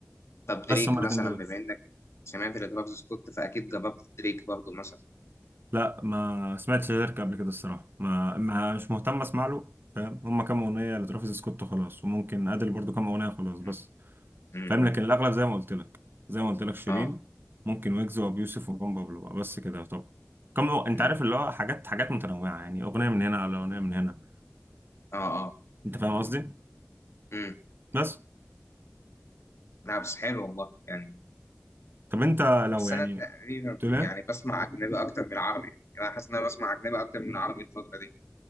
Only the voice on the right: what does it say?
بس هما
الاتنين دول
لا ما سمعتش غيرك قبل كده الصراحة ما, ما مش مهتم اسمع له فاهم هما كام أغنية لترافيس سكوت وخلاص وممكن أدل برضو كام أغنية خلاص بس
فاهم لكن الأغلب زي ما قلت لك زي ما قلت لك شيرين
ممكن ويجز وأبو يوسف ومروان بابلو بقى، بس كده طب كم أغ- أنت
عارف اللي هو حاجات حاجات متنوعة يعني أغنية من هنا على أغنية من هنا
أنت فاهم قصدي
بس
طب أنت
لو يعني
تقول إيه